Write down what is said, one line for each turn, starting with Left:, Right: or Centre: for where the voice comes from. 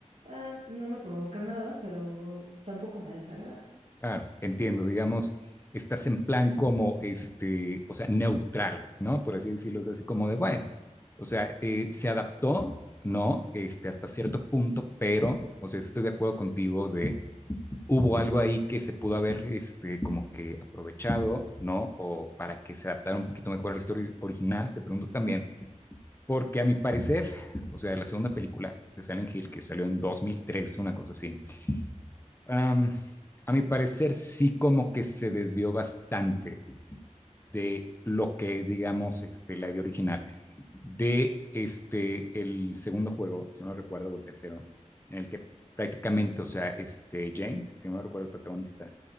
Right: ah, no me provoca nada, pero tampoco me desagrada.
Left: claro, entiendo. Digamos, estás en plan como, este, o sea, neutral, ¿no? Por así decirlo, es así como de, bueno, o sea, eh, se adaptó, ¿no? Este, hasta cierto punto, pero, o sea, estoy de acuerdo contigo de, hubo algo ahí que se pudo haber, este, como que aprovechado, ¿no? O para que se adaptara un poquito mejor a la historia original, te pregunto también, porque a mi parecer, o sea, la segunda película de Silent Hill, que salió en 2003, una cosa así Um, a mi parecer, sí como que se desvió bastante de lo que es, digamos, este, la idea original de este, el segundo juego, si no recuerdo, o el tercero, en el que prácticamente, o sea, este, James, si no recuerdo, el protagonista,